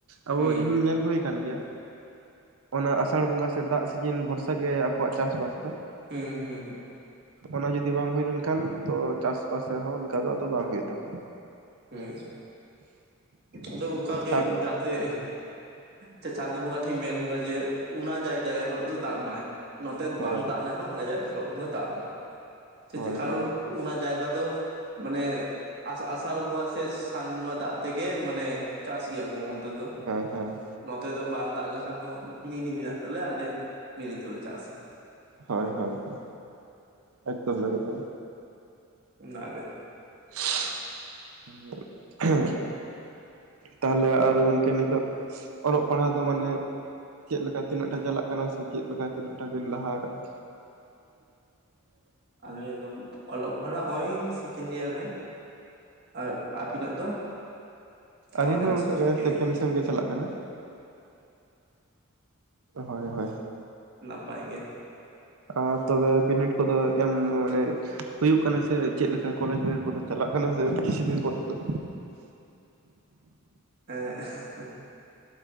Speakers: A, on the right (about 75°); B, on the right (about 50°).
A: ᱟᱵᱚ
B: ᱦᱩᱸ
A: ᱤᱧ ᱦᱚᱸᱧ ᱧᱮᱞ ᱦᱳᱭ ᱠᱟᱱ ᱜᱮᱭᱟᱼᱼ ᱚᱱᱟ ᱟᱥᱟᱲ ᱵᱚᱸᱜᱟ ᱥᱮᱫ ᱫᱟᱜ ᱥᱤᱡᱤᱱ ᱵᱷᱚᱨᱥᱟ ᱜᱮ ᱟᱠᱚᱣᱟᱜ ᱪᱟᱥ-ᱵᱟᱥ ᱫᱚ᱾
B: ᱦᱮᱸ ᱦᱩᱸ ᱦᱩᱸ
A: ᱚᱱᱟ ᱡᱩᱫᱤ ᱵᱟᱝ ᱦᱩᱭ ᱞᱮᱱᱠᱷᱟᱱ ᱛᱚ ᱪᱟᱥ-ᱵᱟᱥ ᱨᱮᱦᱚᱸ ᱚᱱᱠᱟ ᱫᱚ ᱟᱫᱚ ᱵᱟᱝ ᱦᱩᱭᱩᱜ ᱛᱟᱠᱚᱣᱟ᱾
B: ᱦᱩᱸ ᱟᱫᱚ ᱚᱱᱠᱟᱜᱮ
A: ᱥᱟᱠ
B: ᱡᱟᱛᱮᱼᱼ ᱪᱮ ᱪᱟᱸᱫᱚ ᱵᱚᱸᱜᱟ ᱴᱷᱮᱡ ᱤᱧ ᱢᱮᱱᱫᱟ ᱡᱮ ᱚᱱᱟ ᱡᱟᱭ ᱡᱟᱭᱜᱟ ᱠᱚᱨᱮ ᱫᱚ ᱫᱟᱜ ᱢᱟᱭ᱾ ᱱᱚᱛᱮ
A: ᱦᱳᱭ
B: ᱵᱟᱝ ᱫᱟᱜ ᱨᱮᱦᱚᱸ ᱚᱱᱟ ᱡᱟᱭᱜᱟ ᱠᱚᱨᱮ ᱫᱚᱭ ᱫᱟᱜ ᱢᱟᱭ᱾ ᱥᱮ
A: ᱦᱳᱭ
B: ᱪᱮᱫ ᱠᱟᱨᱚᱱᱼᱼ
A: ᱦᱳᱭ
B: ᱚᱱᱟ ᱡᱟᱭᱜᱟ ᱫᱚ ᱢᱟᱱᱮ, ᱟᱥ-ᱟᱥᱼᱼ ᱟᱥᱟᱲ ᱵᱚᱸᱜᱟ ᱥᱮ ᱥᱟᱱ ᱵᱚᱸᱜᱟ ᱫᱟᱜ ᱛᱮᱜᱮ ᱢᱟᱱᱮ ᱪᱟᱥ ᱜᱮᱭᱟ ᱠᱚ ᱚᱱᱛᱮ ᱫᱚ᱾
A: ᱦᱚᱭ ᱦᱮᱸ
B: ᱱᱚᱛᱮ ᱫᱚ ᱵᱟᱝ ᱫᱟᱜ ᱞᱮᱠᱷᱟᱱ ᱦᱚᱸ ᱯᱞᱤᱱᱤ ᱢᱮᱱᱟᱜ ᱛᱟᱞᱮᱭᱟ ᱟᱞᱮ ᱢᱤᱱᱤ ᱛᱮᱞᱮ ᱪᱟᱥᱟ᱾
A: ᱦᱳᱭ ᱦᱳᱭ ᱦᱳᱭ ᱮᱠᱫᱚᱢ ᱮᱠᱫᱚᱢ᱾
B: ᱚᱱᱟ ᱜᱮ,
A: <unintelligible> ᱛᱟᱦᱞᱮ ᱟᱨᱚ ᱜᱚᱢᱠᱮ ᱱᱤᱛᱚᱜ ᱚᱞᱚᱜ ᱯᱟᱲᱦᱟᱣ ᱫᱚ ᱢᱟᱱᱮᱼᱼ ᱪᱮᱫ ᱞᱮᱠᱟ ᱛᱤᱱᱟᱹᱜ ᱴᱟ ᱪᱟᱞᱟᱜ ᱠᱟᱱᱟ ᱥᱮ ᱪᱮᱫ ᱞᱮᱠᱟ ᱛᱤᱱᱟᱹᱜ ᱴᱟ ᱵᱤᱱ ᱞᱟᱦᱟ ᱠᱟᱜ-ᱟ? <inaudible>
B: ᱟᱞᱤᱧ ᱫᱚ ᱚᱞᱚᱜ ᱯᱟᱲᱦᱟᱣ ᱦᱚᱜ-ᱚᱭ ᱥᱮᱠᱮᱱᱰ ᱤᱭᱟᱨ ᱨᱮ᱾ ᱟᱨ ᱟᱵᱤᱱᱟᱜ ᱫᱚ? ᱠᱚᱞᱮᱡᱽ
A: ᱟᱞᱤᱧ ᱦᱚᱸ ᱚᱱᱠᱟᱜᱮ
B: ᱥᱮᱠᱮᱱᱰ
A: ᱥᱮᱠᱮᱱ
B: ᱤᱭᱟᱨ
A: ᱥᱮᱢ ᱜᱮ ᱪᱟᱞᱟᱜ ᱠᱟᱱᱟ᱾ ᱦᱳᱭ ᱦᱳᱭ᱾
B: <inaudible> ᱱᱟᱯᱟᱭ ᱜᱮ᱾
A: ᱟᱨ ᱛᱚᱵᱮ ᱵᱤᱱᱤᱰ ᱠᱚᱫᱚ ᱮᱢ ᱢᱟᱱᱮ ᱦᱩᱭᱩᱜ ᱠᱟᱱᱟ ᱥᱮ ᱪᱮᱫ ᱞᱮᱠᱟ ᱠᱚᱞᱮᱡᱽ ᱵᱤᱱᱤᱰ ᱠᱚᱫᱚᱼᱼ ᱪᱟᱞᱟᱜ ᱠᱟᱱᱟ ᱥᱮ ᱠᱤᱪᱷᱩ ᱫᱤᱱ ᱯᱚᱨ ᱛᱤᱱᱟᱹᱜᱼᱼ
B: ᱦᱮᱸ <unintelligible>